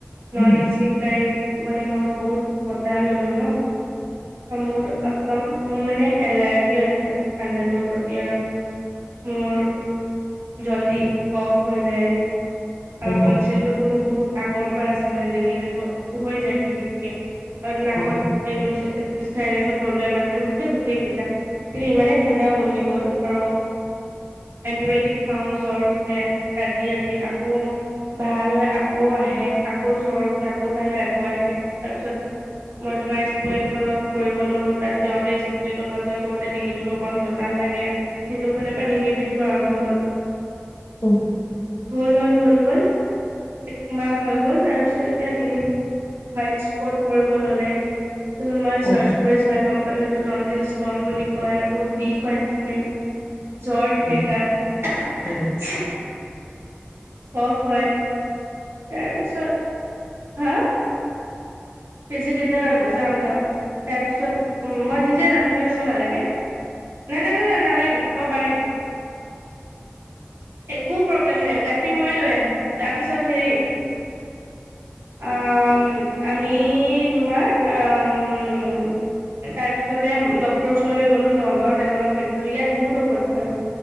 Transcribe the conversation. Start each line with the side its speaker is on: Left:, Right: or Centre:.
Right: নন
Left: উম
Right: এচি গাড়ীত মানে মই বহুত বতাহ ললো ন। অ মূৰ টো একদম মোৰ মানে এলাৰ্জি আছে ঠাণ্ডাটোৰ প্ৰতি আৰু মোৰ জল্দি কফ হৈ যায়। আৰু
Left: অ
Right: তলচিলটোতো মোৰ বহুত আগৰ পৰা আছে মানে ডিঙিটোটো হৈ যায় পিতিককে। আৰু নাকত
Left: অ
Right: এইটো চাইনাছৰ প্ৰব্লেম আছে মুঠতে গোটেই কেইটা ইমানেই ঠাণ্ডা বহি গল আৰু এণ্টিবায়টিক খাওঁ জ্বৰ উঠে ৰাতি ৰাতি আকৌ ভাল হয় আকৌ আহে, আকৌ জ্বৰ উঠে আকৌ ভাল হয় আকৌ আহে, তাৰপিছত মই তোমাৰ স্কুল এখনত কৰিব ললো তাত যাওঁতে স্কুটিত অহা যোৱা কৰোতে ডিঙিটোত অকন বতাহ লাগে সেইটো ফালৰ পৰা ডিঙিৰ বিষটো আৰম্ভ হল।
Left: অ
Right: হল হল হল একমাহ হৈ গ'ল তাৰপিছত এতিয়া ডিঙিত হোৱাইট স্পট পৰিব ললে। তাৰপাছত মই চাৰ্চ
Left: অ
Right: কৰি চাই গম সেইটো টনচিল ষ্টোন বুলি কয় আৰু বহুত বিষ হয় এক্স্ৰিম। জ্বৰ থাকে
Left: অ অ
Right: গাত।
Left: অ
Right: কফ হয়। তাৰপিছত হা? পিছে তেতিয়া মই যাম-যাম, তাৰপিছ মই নিজে যাম তুমি যাব নালাগে। না-না-না-না নালাগে, মই পাৰিম। একো প্ৰব্লেম নাই গাখীৰ মই লৈ আহিম তাৰপিছত হেৰি আ-ম-আ-ম আমি তোমাৰ আ-ম, তাৰপিছতে উম, ডক্তৰৰ ওচৰলৈ গ'লো, নগাঁওত এজনক দেখালো। ইয়াত বহুত ঔষধ খালো